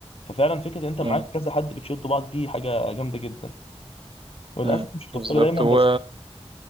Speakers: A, on the left; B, on the right.
A: ففعلا فكرة إن أنت
B: مم.
A: معاك كذا حد بتشدوا بعض دي حاجة جامدة جدا وللأسف
B: مم.
A: مش متوفرة
B: بالظبط
A: دايما
B: هو
A: بس